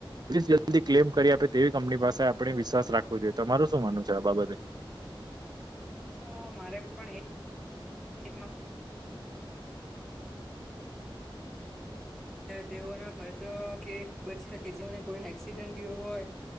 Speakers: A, on the right; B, in the centre.
A: <unintelligible> જલ્દી ક્લેમ કરી આપે તેવી કંપની પાસે આપણે વિશ્વાસ રાખવો જોઈએ તમારું શું માનું છે આ બાબતે.
B: અ મારે પણ એક <inaudible> તેઓના ખર્ચો કે બચી શકે જેઓને કોઈને એક્સિડન્ટ હોય